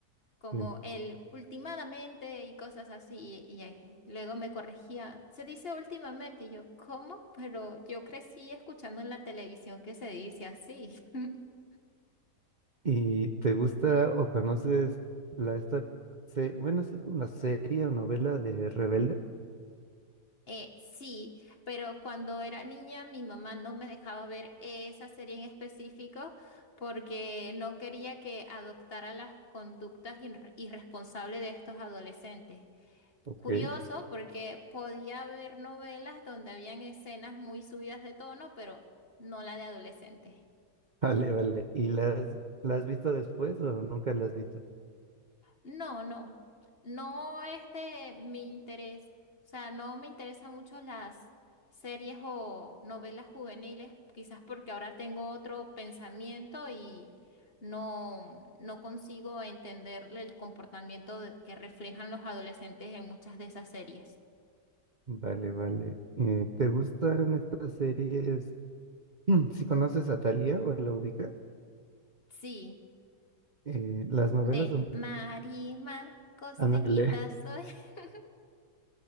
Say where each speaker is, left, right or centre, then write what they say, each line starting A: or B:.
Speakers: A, on the left; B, on the right.
A: como
B: Sí.
A: el últimamente y cosas así, y, y ahí luego me corregía, se dice últimamente, y yo, ¿cómo? Pero yo crecí escuchando en la televisión que se dice así. <laughs>
B: ¿Y te gusta o conoces la esta, se- bueno, sí es como una serie o novela de Rebelde?
A: Eh, sí, pero cuando era niña mi mamá no me dejaba ver esa serie en específico porque no quería que adoptara las conductas irre- irresponsables de estos adolescentes.
B: Ok.
A: Curioso porque podía ver novelas donde habían escenas muy subidas de tono, pero no la de adolescentes.
B: Vale, vale. ¿Y la has, la has visto después o nunca la has visto?
A: No, no, no es de mi interés. O sea, no me interesan mucho las series o novelas juveniles, quizás porque ahora tengo otro pensamiento y no, no consigo entender el comportamiento de- que reflejan los adolescentes en muchas de esas series.
B: Vale, vale. Eh, ¿te gustan estas series? <clears throat> Si conoces a Thalía o la ubicas,
A: Sí.
B: Eh, las novelas
A: De
B: son...
A: Marimar, costeñita
B: Ándale.
A: soy. <laughs>